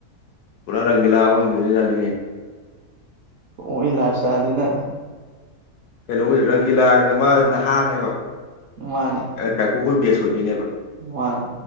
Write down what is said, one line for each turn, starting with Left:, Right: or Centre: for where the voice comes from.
Left: ꯄꯨꯔꯥ ꯔꯪꯒꯤꯂꯥ ꯑꯣꯏꯒꯤꯗꯣꯏꯖꯥꯠꯅꯤꯍꯦ
Right: ꯃꯣꯏ ꯂꯥꯏꯞ ꯁꯇꯥꯏꯜꯗꯨꯅ
Left: ꯀꯩꯅꯣꯒꯤꯁꯨ ꯔꯪꯒꯤꯂꯥꯒꯤꯅ ꯃꯥꯁꯤ ꯅꯍꯥꯅꯦꯕ
Right: ꯃꯥꯅꯦ
Left: ꯀꯥꯏꯀꯨꯈꯣꯏ ꯕꯦꯁ ꯑꯣꯏꯗꯣꯏꯅꯦꯕ
Right: ꯃꯥꯅꯦ